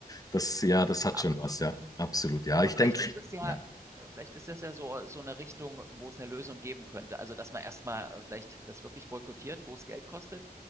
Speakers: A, on the left; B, on the right.
A: das, ja, das hat
B: Ja,
A: schon
B: aber
A: was. Ja, absolut. Ja,
B: aber
A: ich
B: vielleicht
A: denke,
B: ist das ja,
A: ja,
B: äh, vielleicht ist das ja so, so eine Richtung, wo es eine Lösung geben könnte. Also, dass man erstmal äh, vielleicht das wirklich boykottiert, wo es Geld kostet.